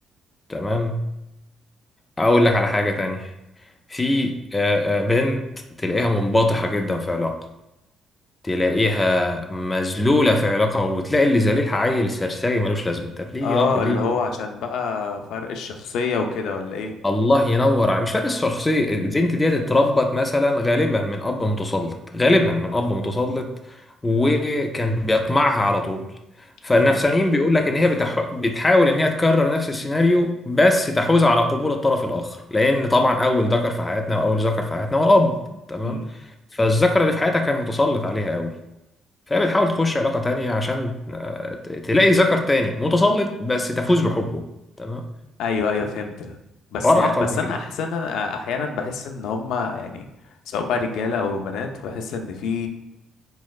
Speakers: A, on the left (about 15°); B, on the left (about 80°).
A: تمام اقول لك على حاجه تانية في آه، آه، بنت تلاقيها منبطحه جدا في علاقه تلاقيها مذلوله في علاقه وتلاقي اللي ذليلها عيل سرسجي ملوش لازمه طب ليه
B: اه
A: يا- ليه
B: اللي هو عشان بقى فرق الشخصية وكده ولا ايه؟
A: الله ينور عليك مش فرق الشخصية البنت ديت اتربت مثلا غالبا من أب متسلط غالبا من أب متسلط وكان بيقمعها على طول فالنفسانيين
B: يعني
A: بيقول لك إن هي بتح... بتحاول إن هي تكرر نفس السيناريو بس تحوز على قبول الطرف الآخر لأن طبعا أول ذكر في حياتنا وأول ذكر في حياتنا هو الأب تمام
B: مم.
A: فالذكر اللي في حياتها كان متسلط عليها قوي فهي بتحاول تخش علاقة تانية عشان آه، ت- تلاقي ذكر تاني متسلط بس تفوز بحبه تمام
B: ايوه ايوه فهمت بس
A: حوار
B: هي
A: أعقد
B: بس
A: من
B: انا
A: كده
B: احسنا احيانا بحس ان هما يعني سواء بقى رجالة او بنات بحس ان في